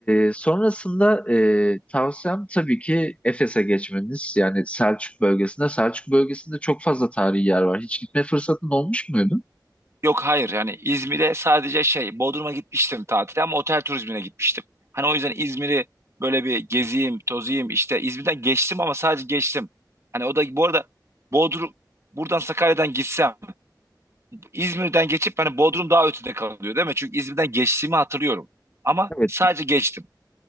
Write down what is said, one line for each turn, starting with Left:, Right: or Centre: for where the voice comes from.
Left: e, sonrasında e, tavsiyem tabii ki Efes'e geçmeniz. Yani Selçuk bölgesinde. Selçuk bölgesinde çok fazla tarihi yer var. Hiç gitme fırsatın olmuş muydu?
Right: Yok hayır yani İzmir'e sadece şey Bodrum'a gitmiştim tatile ama otel turizmine gitmiştim. Hani o yüzden İzmir'i böyle bir geziyim, tozayım işte İzmir'den geçtim ama sadece geçtim. Hani o da bu arada Bodrum buradan Sakarya'dan gitsem İzmir'den geçip hani Bodrum daha ötede kalıyor değil mi? Çünkü İzmir'den geçtiğimi hatırlıyorum. Ama
Left: Evet.
Right: sadece geçtim.